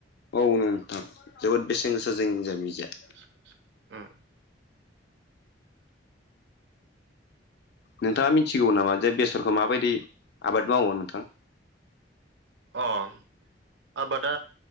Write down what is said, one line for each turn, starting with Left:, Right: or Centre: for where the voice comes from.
Left: औ नोंथां जोबोद बेसेन
Right: उम
Left: गोसा जोंनिजाय बिजाय
Right: बेसेन गोसा। उम
Left: नोंथाङा मिथिगौ नामा जे बेसरखौ माबायदि आबाद मावो नोंथां?
Right: अह आबादा